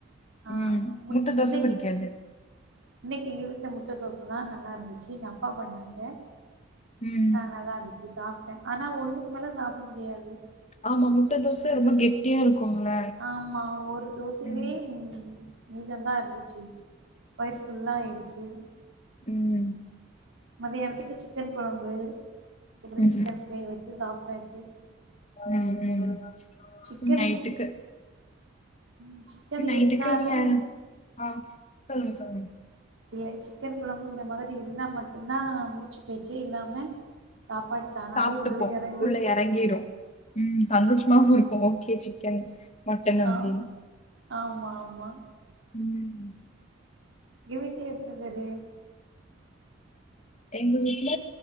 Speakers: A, on the right; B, on the left.
A: ஆஹ்
B: ம்
A: முட்
B: முட்ட தோசை
A: இன்னைக்கு
B: பிடிக்காது
A: இன்னைக்கு எங்க வீட்டுல முட் முட்டதோசதா நல்லா இருந்துச்சு நா அப்பா பண்ணாங்க
B: ம்
A: ஆஹ் நல்லா இருந்துச்சு சாப் ஆனா ஒண்ணுக்கு மேல சாப்ட முடியாது
B: ஆமா முட்ட தோசை
A: முட்டுது
B: ரொம்ப கெட்டியா இருக்கும்ல
A: ஆமா ஒரு தோசைலயே
B: ம்
A: உ மீதமா இருந்துச்சு வயிர் ஃபுல்லா ஆயிடுச்சி
B: உம்
A: மதியானத்துக்கு சிக்கன் குழம்பு அதுக்கப்பறோ
B: ம்
A: சிக்கன் ஃப்ரை வச்சு சாப்பிட்டாச்சு
B: ம் ம்
A: சிக்கன்
B: நைட்டுக்கு
A: உம் சிக்கன்
B: நைட்டுக்கு
A: இருந்தாதே
B: நீங்க ஆ சொல்லுங்க சொல்லுங்க
A: இல்ல சிக்கன் கொழம்பு இந்த மாதிரி இருந்தா மட்டுந்தா மூச்சு பேச்சே இல்லாம சாப்பாடு தானாவே
B: சாப்ட்டுப்போ
A: உள்ள எறங்கு
B: உள்ள இறங்கிடு உம் சந்தோஷ குடுப்போ ஓகே சிக்கன் மட்டன் அப்டின்னு
A: ஆ ஆமா ஆமா
B: ம்
A: உங்க வீட்ல எத்தன பேரு
B: எங்க வீட்ல